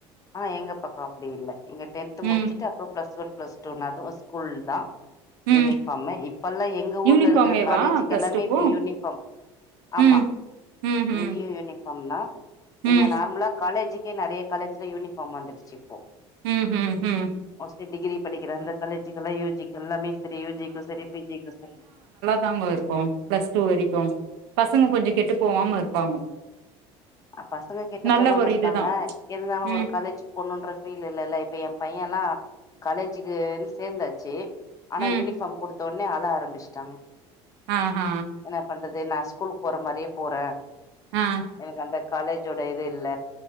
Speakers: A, on the left; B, on the right.
A: ஆ எங்க பக்கம் அப்படி இல்ல இங்க டென்த்
B: ம்
A: முடிச்சுட்டு அப்புறம் பிளஸ் ஒன் பிளஸ் டூ அதுவு ஸ்கூல் தா
B: ம்
A: யூனிஃபார்ம்மு இப்ப எல்லா எங்க
B: யூனிஃபார்மேவா
A: ஊர்ல இருக்குற காலேஜுக்கு
B: பிளஸ்
A: எல்லாமே
B: டூக்கு
A: இப்ப யூனிஃபார்ம் ஆமா
B: ம் ம் ம்
A: இங்கயும் யூனி ஃபார்ம்னா
B: ம்
A: இங்க நார்மலா காலேஜுக்கே நிறைய காலேஜ்ல யூனிஃபார்ம் வந்துடுச்சு இப்போ
B: ம் ம் உம்
A: மோஸ்ட்லி டிகிரி படிக்கிற அந்த காலேஜிக்குல்லாம் யூஜிக்கு எல்லாமே சரி யூஜிக்கு சரி பிஜிக்கு சரி
B: காங்க இருக்கு பிளஸ் டூ வரைக்கும் பசங்க கொஞ்சோ கெட்டு போவாம இருப்பாங்க
A: பசங்க கெட்டு
B: நல்ல
A: போகாம
B: ஒரு
A: இருப்பாங்க
B: இதுதா
A: இருந்தாலும்
B: ம்
A: ஒரு காலேஜ் போணுன்ற ஃபீல் இல்லல்ல இப்ப என் பையன் எல்லா காலேஜுக்குன்னு சேர்ந்தாச்சு ஆனா
B: ம்
A: யூனிஃபார்ம் குடுத்த உடனே ஆழ ஆரம்பிச்சிட்டாங்க
B: அ ஆ
A: என்ன பண்றது நா ஸ்கூலுக்கு போற மாரியே போற
B: ஆ
A: எனக்கு அந்த காலேஜோட இது இல்ல